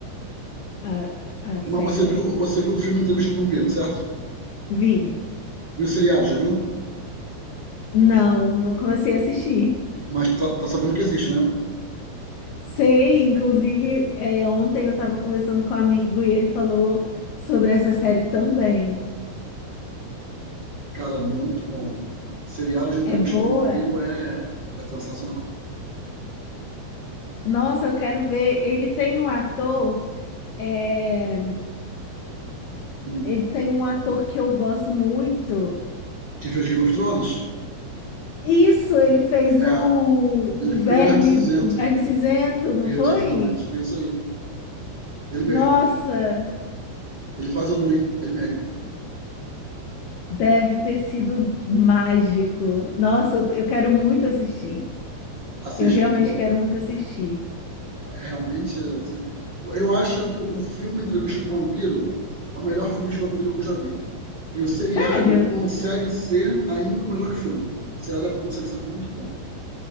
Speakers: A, on the left; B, on the right.
A: a, a série,
B: Mas você viu,
A: né? Eu
B: você viu o filme Entrevista com o Vampiro, certo?
A: Vi.
B: E o seriado, já viu?
A: Não, não comecei a assistir.
B: Mas tá, tá sabendo que existe, né?
A: Sei, inclusive, é, ontem eu estava conversando com um amigo e ele falou sobre essa série também.
B: Cara, muito bom. Seriado de entrevista
A: É boa?
B: com vampiro é, é sensacional.
A: Nossa, eu quero ver. Ele tem um ator, é,
B: Hum.
A: ele tem um ator que eu gosto muito.
B: Que fez Game of Thrones?
A: Isso, ele fez
B: É.
A: o,
B: Ele
A: o verme,
B: fez Verme Cinzento.
A: o verme cinzento, não
B: Isso,
A: foi?
B: exatamente. Isso aí. Ele mesmo.
A: Nossa,
B: Ele faz o Louis, ele mesmo.
A: deve ter sido mágico. Nossa, eu eu quero muito assistir.
B: Assista,
A: Eu realmente
B: é muito bom.
A: quero muito assistir.
B: É realmente. assim, eu acho que o filme Entrevista com o Vampiro é o melhor filme de vampiro que eu já vi. E o seriado
A: Sério?
B: consegue ser ainda melhor que o filme. O seriado consegue ser muito bom.